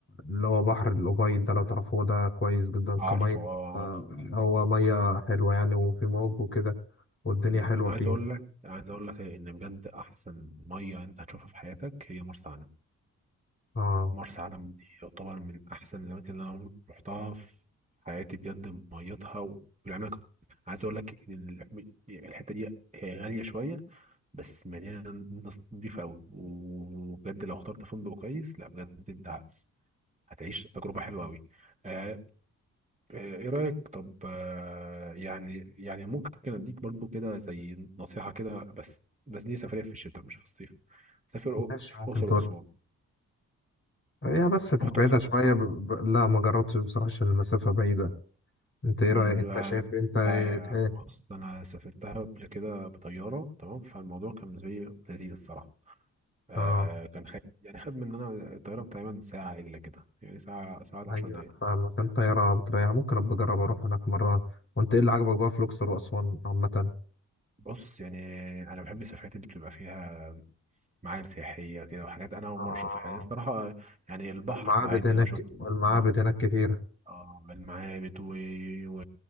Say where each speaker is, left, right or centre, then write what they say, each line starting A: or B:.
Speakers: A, on the left (about 30°); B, on the right (about 20°).
A: اللي هو بحر الأبيض ده لو تعرفوه ده كويس جدا
B: عارفه
A: كمية
B: اه
A: آه،
B: عارف
A: هو مية حلوة يعني وفي موج وكده والدنيا
B: أمم.
A: حلوة
B: أنا
A: فيه
B: عايز أقول لك أنا عايز أقول لك إن بجد أحسن مية أنت هتشوفها في حياتك هي مرسى علم
A: اه
B: مرسى علم دي يعتبر من أحسن الأماكن اللي أنا رحتها في حياتي بجد ميتها و- والعناكب عايز أقول لك إن ال- الحتة دي هي غالية شوية بس مليانه ناس نضيفه قوي وبجد لو اخترت فندق كويس لا بجد انت هتعيش تجربه حلوه قوي آه آه، ايه رايك طب آه يعني يعني ممكن اديك برضو كده زي نصيحه كده بس بس دي سفريه في الشتاء مش في الصيف سافر
A: ماشي
B: أق-
A: ممكن
B: اقصر
A: تقول
B: واسوان
A: هي بس تبقى
B: رحت
A: بعيدة
B: اقصر
A: شوية
B: واسوان
A: ب...
B: قبل كده؟
A: ب... لا ما جربتش بصراحة عشان المسافة بعيدة انت ايه
B: أمم،
A: رأيك انت
B: لا
A: شايف انت
B: لا
A: ايه
B: يا- بص انا سافرتها قبل كده بطياره تمام فالموضوع كان بالنسبه لي لذيذ الصراحه آه
A: اه
B: كان خد يعني خد مننا الطيارة تقريبا ساعة إلا كده يعني ساعة ساعة 10
A: ايوه
B: دقايق
A: انا فاهمك انت يا بتريح ممكن ابقى اجرب اروح هناك مرة وانت ايه اللي عجبك بقى في الاقصر واسوان عامة
B: بص يعني أنا بحب السفرات اللي بتبقى فيها معالم سياحية كده وحاجات أنا أول
A: اه
B: مرة أشوفها يعني الصراحة يعني البحر
A: المعابد
B: عادي
A: هناك
B: أنا شفته كذا
A: المعابد
B: مرة
A: هناك كتير
B: آه المعابد و... و...